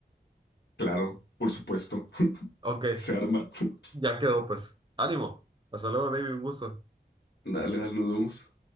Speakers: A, on the left; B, on the right.
A: Claro, por supuesto. <laughs>
B: Ok,
A: Se arma. <laughs>
B: ya quedó, pues. Ánimo. Hasta luego, David. Un gusto.
A: Dale, dale, nos vemos.